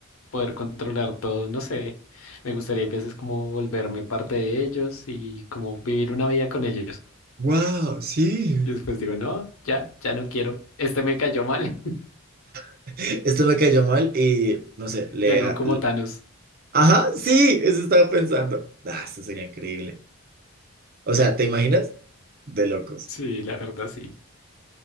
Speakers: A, on the left (about 70°); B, on the right (about 45°).
A: poder controlar todo, no sé. Me gustaría a veces como volverme parte de ellos y como vivir una vida con ellos.
B: Wow, sí.
A: Y después digo, no, ya, ya no quiero. Este me cayó mal. <laughs>
B: <laughs> Esto me cayó mal y no sé, le...
A: Le hago
B: a-
A: como
B: le-
A: Thanos.
B: Ajá, sí, eso estaba pensando. Ah, esto sería increíble. O sea, ¿te imaginas? De locos.
A: Sí, la verdad, sí.